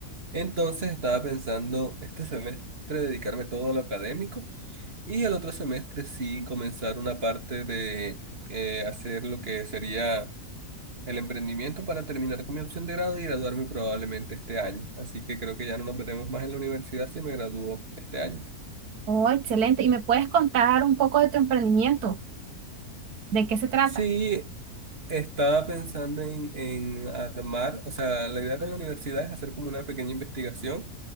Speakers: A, on the right; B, on the right.
A: Entonces estaba pensando este semestre dedicarme todo a lo académico. Y el otro semestre sí comenzar una parte de eh, hacer lo que sería el emprendimiento para terminar con mi opción de grado y graduarme probablemente este año. Así que creo que ya no nos veremos más en la universidad si me gradúo este año.
B: Oh, excelente, y me puedes contar un poco de tu emprendimiento, ¿de qué se trata?
A: Sí, Estaba pensando en, en armar, o sea, la idea con la universidad es hacer como una pequeña investigación